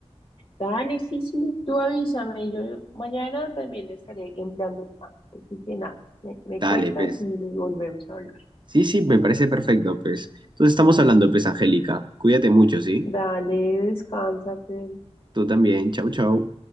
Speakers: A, on the left; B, on the right.
A: Dale, sí, sí, tú avísame, yo mañana también estaré en plan de España. Así que nada, me, me
B: Dale,
A: cuentas
B: pues.
A: y volvemos a hablar.
B: Sí, sí, me parece perfecto, pues. Entonces estamos hablando, pues, Angélica. Cuídate mucho, ¿sí?
A: Dale, descansa, pero.
B: Tú también. Chau, chau.